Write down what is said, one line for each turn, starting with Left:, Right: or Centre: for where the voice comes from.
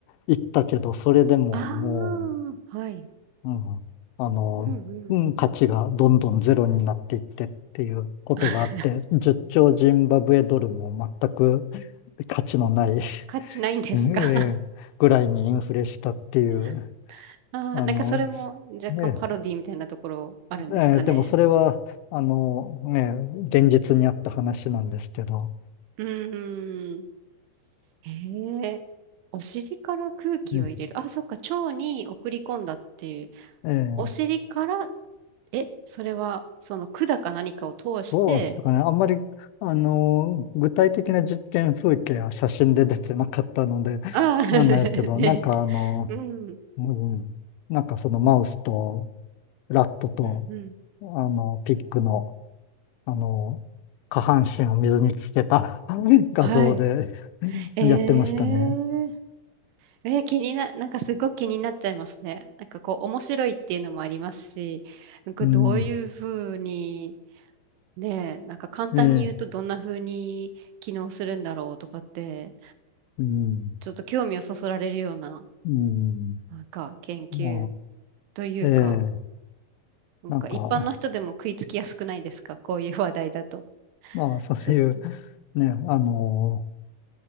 Left: いったけど、それでもも
Right: ああ、はい。
Left: う、うん、あのーうん、
Right: うんうん。
Left: 価値がどんどんゼロになっていってっていうことがあって、
Right: <laughs>
Left: 10兆ジンバブエドルも全く <laughs> 価値のない
Right: 価値ないんですか
Left: <laughs> ええぐらいにインフレしたっていう、
Right: <laughs> ああ、
Left: あの、
Right: なんかそれも若干パロディみたいなところあるんですかね。
Left: ええええでもそれは、あの、ね、現実にあった話なんですけど、
Right: うんうん。へえ。お尻から空気を入れる。
Left: うん
Right: あ、そっか。腸に送り込んだっていう。
Left: ええ
Right: お尻から、え、それは、その管か何かを通して、
Left: どうですかね。あんまり、あの、具体的な実験風景は写真で出てなかったので、
Right: ああ、<laughs>
Left: わかんないですけど、
Right: ね、
Left: なんかあの、
Right: うん、
Left: うん、なんかそのマウスとラットと、
Right: うん、うん。
Left: あの、ピッグの、あの、下半身を水につけた <laughs> 画像で
Right: はい。えー、
Left: やってましたね。
Right: えー気にな、なんかすごく気になっちゃいますね。なんかこう、面白いっていうのもありますし、なんかどういうふうに、
Left: うん、
Right: ねえ、なんか簡単に言うとどんなふうに機能するんだろうとかって、
Left: ええうん、
Right: ちょっと興味をそそられるような、
Left: うん、
Right: なんか研究
Left: ま
Right: というか、
Left: あええ、
Right: なんか一般の人でも食いつきやすくないですかこういう話題だと。
Left: なんか、まあ、そういう、
Right: ちょっと。う
Left: ね、あの、